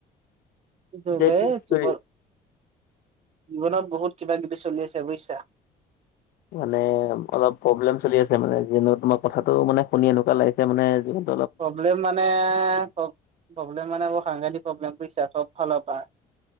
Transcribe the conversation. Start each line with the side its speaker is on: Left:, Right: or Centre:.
Right: কি
Left: পিছে
Right: বাই
Left: কৰি
Right: যিবোৰ। জীৱনত বহুত কিবা কিবি চলি আছে বুজিছা।
Left: মানে অলপ প্ৰব্লেম চলি আছে মানে যেনে ও তোমাক কথাটো মানে শুনি এনেকুৱা লাগিছে মানে য,
Right: প্ৰব্লেম মানে প্ৰব্লেম মানে বৰ সাংঘাতিক প্ৰব্লেম বুইছা চব ফালৰ পৰা।